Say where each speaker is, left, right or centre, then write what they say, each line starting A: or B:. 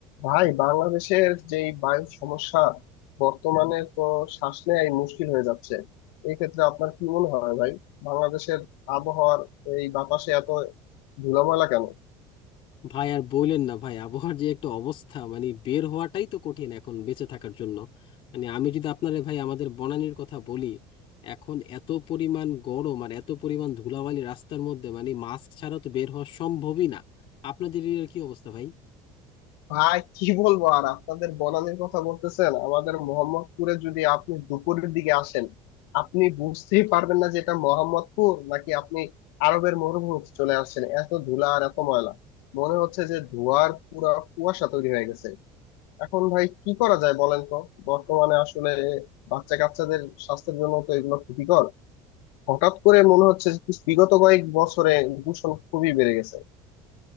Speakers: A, on the left (about 85°); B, on the left (about 45°).
A: ভাই বাংলাদেশের যে বায়ু সমস্যা বর্তমানে তো শ্বাস নেয়াই মুশকিল হয়ে যাচ্ছে এই ক্ষেত্রে আপনার কি মনে হয় ভাই বাংলাদেশের আবহাওয়ার এই বাতাসে এত ধুলোময়লা কেন
B: ভাই আর বললেন না ভাই আবহাওয়ার যে একটা অবস্থা মানে বের হওয়াটাই তো কঠিন এখন বেঁচে থাকার জন্য মানে আমি যদি আপনারে ভাই আমাদের বনানীর কথা বলি এখন এত পরিমাণ গরম আর এত পরিমাণ ধুলাবালি রাস্তার মধ্যে মানে মাস্ক ছাড়া তো বের হওয়া সম্ভবই না আপনাদের এরিয়ার কি অবস্থা ভাই
A: ভাই কি বলবো আর আপনাদের বনানীর কথা বলতেছেন আমাদের মোহাম্মদপুরে যদি আপনি দুপুরের দিকে আসেন আপনি বুঝতেই পারবেন না যে এটা মোহাম্মদপুর নাকি আপনি আরবের মরুভূমিতে চলে আসছেন এত ধুলা আর এত ময়লা মনে হচ্ছে যে ধোঁয়ার পুরা কুয়াশা তৈরি হয়ে গেছে এখন ভাই কি করা যায় বলেন তো বর্তমানে আসলে বাচ্চা কাচ্চাদের স্বাস্থ্যের জন্য তো এগুলো ক্ষতিকর হঠাৎ করে মনে হচ্ছে যে বিগত কয়েক বছরে দূষণ খুবই বেড়ে গেছে